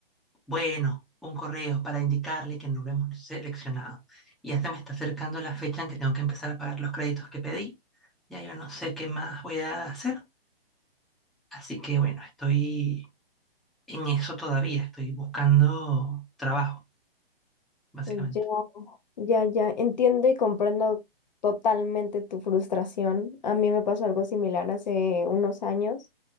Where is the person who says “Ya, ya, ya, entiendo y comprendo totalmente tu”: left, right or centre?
Left